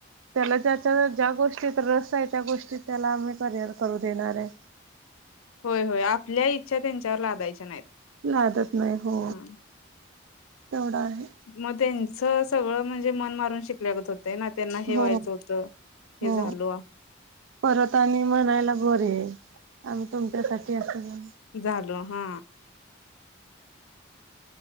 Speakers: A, on the right; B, on the left.
A: त्याला ज्याच्या ज्या गोष्टीत रस आहे. त्या गोष्टीत त्याला आम्ही करिअर करू देणार आहे.
B: होय होय आपल्या इच्छा त्यांच्यावर लादायच्या नाहीत.
A: लादत नाही हो
B: हम्म,
A: तेवढा आहे.
B: मग त्यांच सगळं म्हणजे मन मारून शिकल्यागत होतंय ना. त्यांना हे
A: हो
B: व्हायचं होत हे
A: हो
B: झालो.
A: परत आणि म्हणायला बरीये आम्ही तुमच्यासाठी असं झालो.
B: झालो हा,